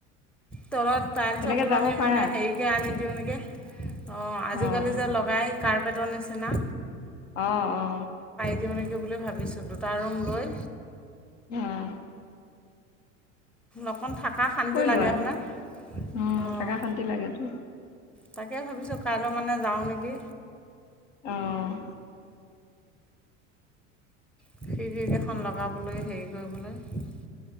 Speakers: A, in the centre; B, on the left.
A: তলত টাইলচৰ
B: তেনেকে
A: সলনি
B: যাব পাৰা
A: মানে হেৰিকে আনি দিওঁ নেকি অ আজিকালি
B: অঁ
A: যে লগাই কাৰ্পেটৰ নিচিনা
B: অ অ
A: দিও নেকি বুলি ভাবিছোঁ দুটা ৰুম লৈ
B: অহ
A: অকণ থকা শান্তি লাগে
B: লোৱা
A: হয়নে
B: উম
A: অঁ
B: থাকা শান্তি লাগেতো
A: তাকে ভাবিছোঁ কাইলৈ মানে যাওঁ নেকি
B: অহ
A: খিৰকিকেইখন লগাবলৈ হেৰি কৰিবলৈ